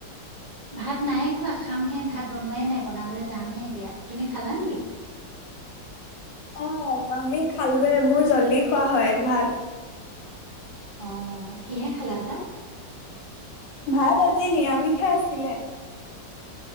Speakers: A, on the right; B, on the left.
A: ভাত নায়ে খোৱা খামহে ভাত বনোৱাই নাই বনাবলৈ যামহে এতিয়া তুমি খালা নেকি
B: অ আমি খালৱে মোৰ জল্দি খোৱা হয় ভাত
A: অ কিহে খালা ভাল
B: ভাল আজি নিআমিষে আছিলে